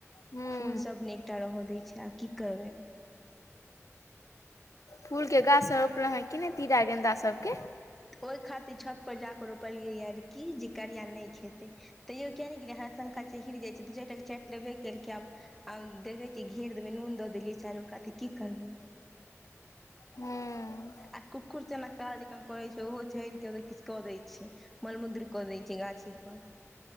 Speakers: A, on the left; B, in the centre.
A: हूँ
B: फूल सब ने एकटा रहऽ दै छै आब की करबै।
A: फूल के गाछ सब रोपलौं हें कि नै तीरा गेन्दा सब के?
B: ओइ खातिर छत पर जा कऽ रोपलियै ये की जे करिया नै खेतै तैयो किया नै गेलियै हराशंखा छै हिर जाइ छै दु चारि टा क चाटि लेबे केलकै आ म आम्म देखै छियै घेर देबै नून दऽ देलियै चारो काते क। की करबै,
A: हूँ
B: आ कु जना काज कन करै छै ओहो, चढ़ के किछु कऽ दै छै, मलमूद्र कऽ दय छै गाछे पर।